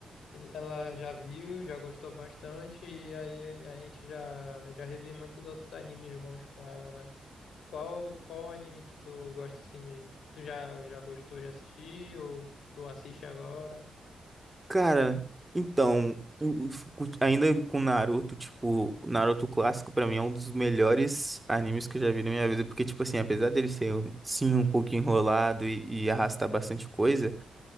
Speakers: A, on the left; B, on the right.
A: Ela já viu, já gostou bastante, e aí a gente já, já revi muitos outros animes bons com ela, né? Qual, qual anime que tu gosta assim de. Tu já, já gostou de assistir ou tu assiste agora?
B: Cara, então, o- o- ainda com Naruto, tipo, o Naruto clássico pra mim é um dos melhores animes que eu já vi na minha vida, porque, tipo assim, apesar dele ser, um, sim, um pouco enrolado e, e arrastar bastante coisa,